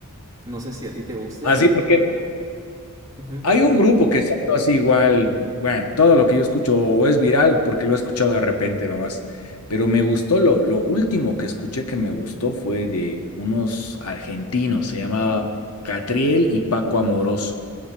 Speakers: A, on the right (about 15°); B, on the left (about 80°).
A: No sé si a ti te gusten
B: Así,
A: o...
B: porque
A: Ujú.
B: hay un grupo que salió así igual, bueno, todo lo que yo escucho o es viral porque lo he escuchado de repente nomás, pero me gustó, lo, lo último que escuché que me gustó fue de unos argentinos, se llamaba Catriel y Paco Amoroso,